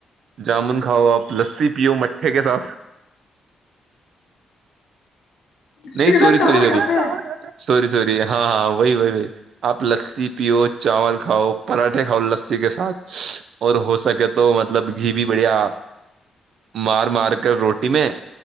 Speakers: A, on the right; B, on the left.
A: جامن کھاؤ آپ لسی پیو مٹکھے کے ساتھ
B: اس
A: نہیں
B: کے
A: سوری
B: ساتھ چاول
A: سوری سوری
B: کھاتے ہیں
A: سوری سوری ہاں وہی وہی وہی آپ لسی پیو چاول کھاؤ پراٹھے کھاؤ لسی کے ساتھ اور ہو سکے تو تو مطلب گھی بھی بڑھیا مار مار کر روٹی میں